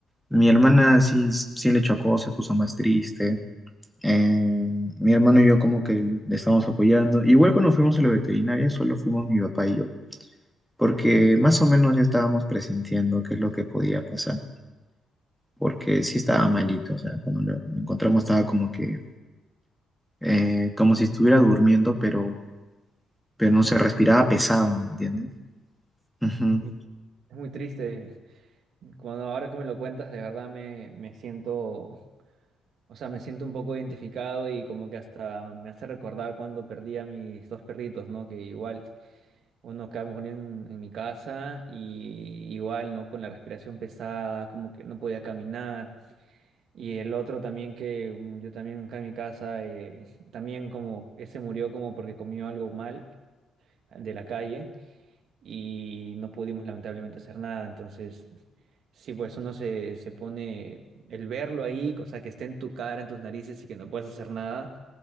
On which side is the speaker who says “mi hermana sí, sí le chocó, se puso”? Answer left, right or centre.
Centre